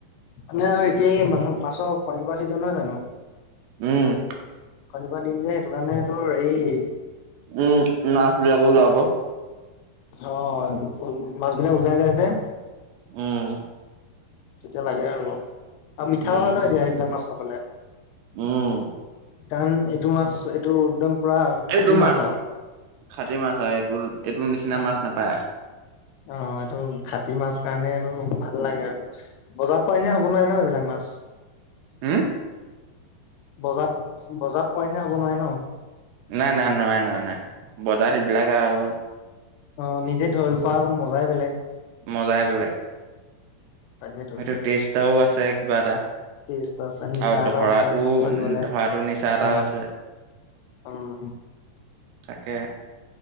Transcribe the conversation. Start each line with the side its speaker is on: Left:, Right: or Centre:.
Left: মানে আৰু এতিয়া এই মানুহ মাছৰ কণী পৰা ছিজন নহয় জানো?
Right: উম।
Left: কণী পৰা দিন যে, সেইটো কাৰণে তোৰ এই
Right: উম নাচবিলাকো যাব।
Left: অ, মাজবোৰে উলাই যাইজে
Right: উম।
Left: এতিয়া লাগে আৰু আৰু মিঠাও
Right: উম
Left: হয় ন এতিয়া এইবিলাক মাছ খাবলৈ।
Right: উম
Left: কাৰণ এইটো মাছ এইটো একদম পুৰা
Right: এইটো
Left: খাটি
Right: মাছ
Left: আৰু
Right: খাতি মাছ আৰু এইটো এইটোৰ নিচিনা
Left: অ
Right: মাছ নাপায় আৰু।
Left: অ, এইটো খাটি মাছ কাৰণে এইটো ভাল লাগে আৰু। বজাৰৰ পৰা এনে হ'ব নোৱাৰে ন এইবিলাক মাছ।
Right: উম
Left: বজাৰ বজাৰ পোৱা নাই হ'ব নোৱাই ন।
Right: নাই নাই নোৱাৰে নোৱাৰে নাই বজাৰত এইবিলাক আৰু
Left: অ'নিজে ধৰি খোৱা মজাই বেলেগ।
Right: মজাই বেলেগ।
Left: তাকেতো
Right: সেটো টেষ্ট এটাও আছে কিবা এটা।
Left: টেষ্ট আছে নিচা
Right: আৰু
Left: এটাও
Right: ধৰাটো
Left: আছে ধৰিবলে
Right: ধৰাটো নিচা এটাও
Left: অ
Right: আছে।
Left: উম।
Right: কে